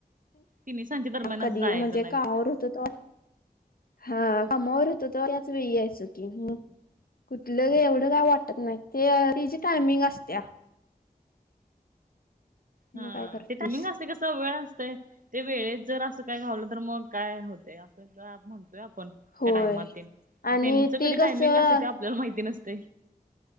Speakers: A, on the right; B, on the left.
A: तिन्ही सांच्या दरम्यान
B: कधी
A: असं जायचं
B: म्हणजे
A: नाही
B: कामावर
A: ते
B: होतो तवा हां कमावर होतो तेव्हा त्याच वेळी यायचो की. कुठल एवढ काय वाटत नाही ते तिची टायमिंग असत्या.
A: हां
B: मग काय करतीस
A: ते टामिंग अस कस वेळ असतय ते वेळेत जर अस काय घावल तर मग काय होतय अस. म्हणतोय आपण त्या
B: होय
A: टायमात ते
B: आणि
A: त्यांच
B: ती
A: कधी
B: कसं
A: टायमिंग असते ते आपल्याला माहिती नसतय.